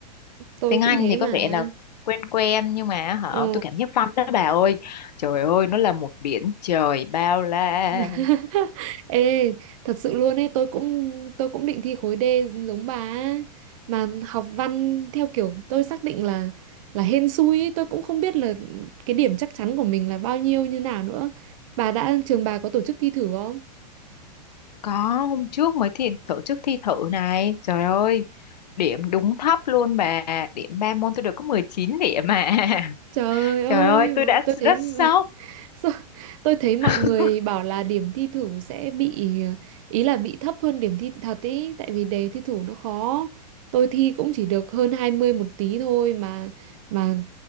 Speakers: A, on the right (about 50°); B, on the left (about 75°).
A: tôi
B: Tiếng
A: cũng
B: Anh
A: thế
B: thì
A: mà.
B: có vẻ là quen quen nhưng mà họ
A: ồ,
B: tôi cảm giác văn đó bà ơi. Trời ơi, nó là một biển trời bao la.
A: <laughs> Ê, thật sự luôn ấy, tôi cũng tôi cũng định thi khối D giống bà á. mà học văn theo kiểu tôi xác định là là hên xui ấy, tôi cũng không biết là cái điểm chắc chắn của mình là bao nhiêu như nào nữa. Bà đã trường bà có tổ chức thi thử không?
B: Có, hôm trước mới thi tổ chức thi thử này. Trời ơi, điểm đúng thấp luôn bà. Điểm 3 môn tôi được có 19 điểm mà. <laughs>
A: Trời ơi,
B: Trời ơi, tôi đã
A: tôi thấy
B: rất sốc.
A: <laughs> Sao- Tôi thấy mọi
B: <laughs>
A: người bảo là điểm thi thử sẽ bị ý là bị thấp hơn điểm thi thật ý tại vì đề thi thử nó khó. Tôi thi cũng chỉ được hơn 20 một tí thôi mà mà